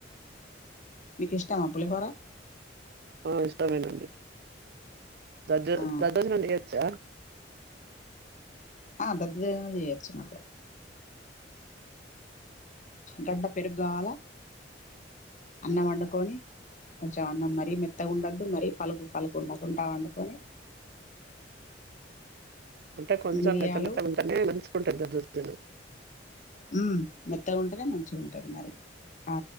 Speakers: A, on the left; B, on the right.
A: మీకు ఇష్టామా పులిహోర
B: ఆ ఇష్టమేనండి దజ
A: ఆ,
B: దర్ధోజనం చేయచ <unintelligible>
A: దర్ధోజనం చేయచ్చు <inaudible> గడ్డ పెరుగు కావాలా అన్నం వండుకొని కొంచెం అన్నం మరీ మెత్తగా ఉండద్దు మరీ పలుకు పలుకుండకుంటా వండుకొని
B: అంటే కొంచెం
A: మిరియాలు
B: మేతమేతే ఉంటేనే మంచుకుంటుది చలు
A: హుమ్ మెత్తగా ఉంటేనే మంచిగా ఉంటుంది మరి అ